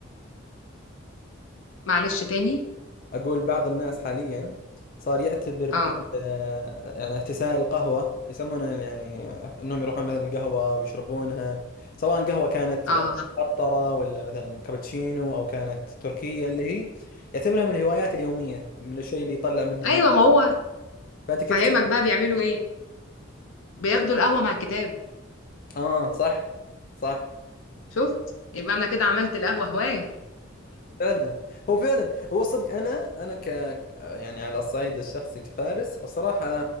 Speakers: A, on the left; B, on the left.
A: معلش تاني
B: أقول بعض الناس حاليا صار يعتبر ال-
A: اه
B: يعني احتساء القهوة يسمونه يعني أنهم يروحون مثلا القهوة ويشربونها سواء قهوة كانت
A: اه
B: قطرة ولا مثلا كابتشينو أو كانت تركية اللي هي يعتبرها من الهوايات اليومية من الشيء اللي يطلع منه المو
A: ايوه ما هو
B: فأنت كيف
A: فاهمك
B: تشوف
A: بقى بيعملوا ايه بياخدوا القهوه مع الكتاب
B: آه صح صح
A: شفت يبقى انا كده عملت القهوه هوايه
B: فعلا هو فعلا هو صدق انا انا ك يعني على الصعيد الشخصي كفارس الصراحه